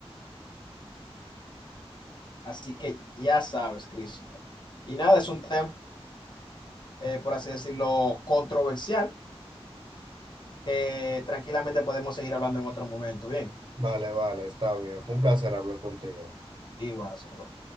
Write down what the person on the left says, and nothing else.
Así que ya sabes, Cristo. Y nada, es un tema, eh, por así decirlo, controversial, que tranquilamente podemos seguir hablando en otro momento. Bien,
igual, Soro.